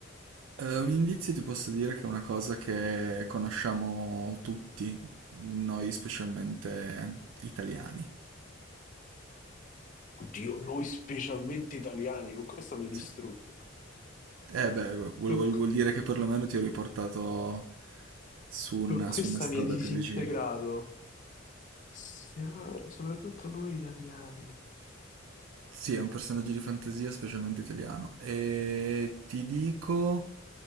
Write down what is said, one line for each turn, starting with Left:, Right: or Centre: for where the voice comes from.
Right: Eh, un indizio ti posso dire che è una cosa che conosciamo tutti, noi specialmente italiani.
Left: Oddio, noi specialmente italiani, con questa mi hai
Right: Sì.
Left: distrutto.
Right: Eh beh, vuol,
Left: Con,
Right: vuol- vuol dire che perlomeno ti ho riportato su una,
Left: con questa
Right: su una strada
Left: mi hai disintegrato.
Right: più vicina.
Left: Siamo- soprattutto noi italiani.
Right: Sì, è un personaggio di fantasia, specialmente italiano. E ti dico,